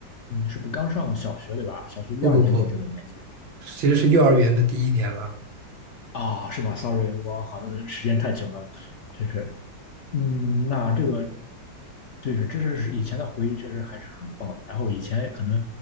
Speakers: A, on the left (about 85°); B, on the right (about 85°).
A: 嗯，是不是刚上小学对吧？小学一二年级这个年纪
B: 不不不，其实是幼儿园的第一年了。
A: 啊，是吗？Sorry，我好像时间太久了，确实，嗯，那这个对，这是以前的回忆，确实还是很棒的。然后以前可能